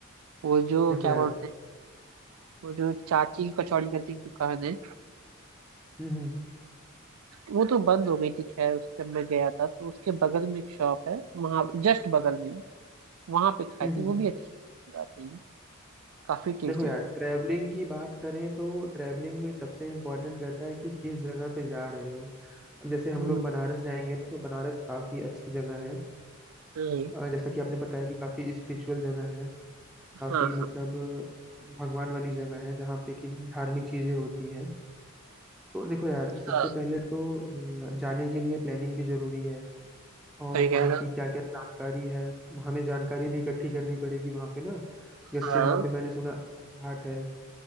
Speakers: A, on the right; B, in the centre.
A: वो जो
B: देखो
A: क्या
B: यार
A: बोलते हैं वो जो चाची की कचौड़ी करके एक दुकान है
B: हम्म
A: वो तो बंद हो गई थी खैर उस जब मैं गया था तो उसके बगल में एक शॉप है वहाँ जस्ट बगल में वहां पे खाई
B: हम्म
A: थी वो भी अच्छी थी ऐसी बात नहीं है काफी टेस्टी
B: देखो यार
A: थी
B: ट्रैवलिंग की बात करें तो ट्रैवलिंग में सबसे इम्पोर्टेंट रहता है कि किस जगह पे जा रहे हो अब जैसे हम
A: हम्म,
B: लोग बनारस जाएंगे ना तो बनारस काफी अच्छी जगह है
A: हम्म,
B: अ, जैसा कि आपने बताया कि काफी स्पिरिचुअल जगह है काफी
A: हाँ
B: मतलब
A: हाँ
B: भगवान वाली जगह है जहाँ पे कि धार्मिक चीजें होती हैं तो देखो यार
A: हाँ,
B: सबसे पहले तो अ, जाने के लिए प्लानिंग भी जरूरी है और
A: सही कह
B: वहाँ
A: रहे
B: की
A: हो
B: क्या क्या जानकारी है हमें जानकारी भी इकट्ठी करनी पड़ेगी वहाँ पे ना जैसे
A: हाँ
B: वहाँ पे मैंने सुना अस्सी घाट है